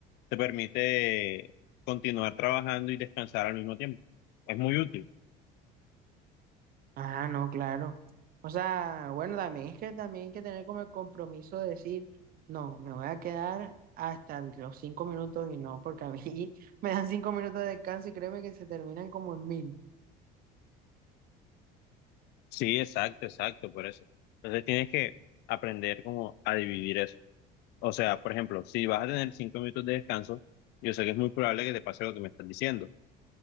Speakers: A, on the left; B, on the right.
A: te permite continuar trabajando y descansar al mismo tiempo. Es muy útil.
B: Ah, no, claro. O sea, bueno, también es que también hay que tener como el compromiso de decir, no, me voy a quedar hasta los 5 minutos y no, porque a mí <laughs> me dan 5 minutos de descanso y créeme que se terminan como en mil.
A: Sí, exacto, exacto, por eso. Entonces tienes que aprender como a dividir eso. O sea, por ejemplo, si vas a tener cinco minutos de descanso, yo sé que es muy probable que te pase lo que me estás diciendo,